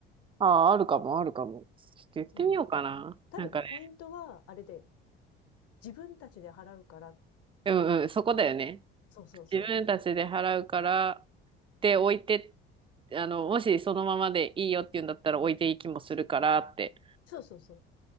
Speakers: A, on the right (about 20°); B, on the left (about 50°).
A: ああ、あるかも、あるかも。ちょっと言ってみようかな。
B: うん。多分ね、
A: なんかね、
B: ポイントは、あれで、自分たちで払うから
A: うんうん、
B: だよ。
A: そこだよね。
B: そうそうそう。
A: 自分たちで払うから、で、置いて、あの、もしそのままでいいよって言うんだったら置いていきもするからって。
B: そうそうそ